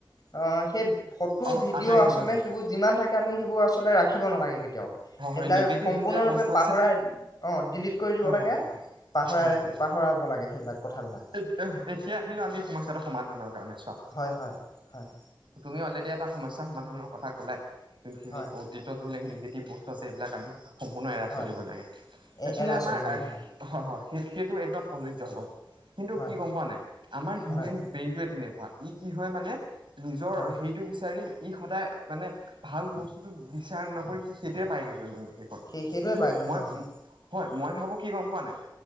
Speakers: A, on the left (about 50°); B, on the right (about 75°).
A: অ সেই ফটো
B: অলপ
A: ভিডিঅ'
B: আঁতৰি থাকিব
A: আচলতে
B: লাগে
A: সেইবোৰ যিমান থাকে আমি সেইবোৰ আচলতে ৰাখিব নালাগে তেওঁক
B: হয়
A: সেইবিলাক
B: হয় নিগেটিভ
A: সম্পূৰ্ণৰূপে
B: যোনবিলাক বস্তু
A: পাহৰাই
B: আছে
A: অ ডিলিট কৰি দিব
B: হয়
A: লাগে
B: হয় হয় হয়
A: পাহৰাই
B: হয়
A: ৰাখি
B: হয় হয়
A: পাহৰাব লাগে সেইবিলাক কথাবিলাক
B: এ এতিয়া আহিলো আমি সমাধানৰ কাৰণে চোৱা।
A: হয় হয় হয়
B: তুমি অলৰেডি এটা। সমস্যা সমাধানৰ কথা কলাই যোনখিনি
A: হয়
B: অতীত যোনবিলাক নিগেটিভ বস্তু আছে এইবিলাক আমি। সম্পূৰ্ণ এৰাই
A: হয়
B: চলিব লাগে
A: এ
B: একচুৱেলি
A: এৰা
B: আমাৰ
A: চলিব লাগে
B: হয় হয়। সেই সেইটো একদম প্ৰযোজ্য হ'ব কিন্তু
A: হয়
B: কি গম পোৱা নাই আমাৰ হিউমেন
A: হয়
B: ব্ৰেইনটোৱে তেনেকুৱা। ই কি হয় মানে নিজৰ
A: হয়
B: সেইটো বিচাৰি। ই সদায় মানে ভাল বস্তুটো বিচাৰ নকৰি সি সেইটোৱে পায়গৈগৈ মানে। ষত
A: সেই সেইটোৱে
B: কিন্তু
A: পায়গে
B: মই
A: হয় হয়
B: হয় মই ভাবোঁ কি গম পোৱা নাই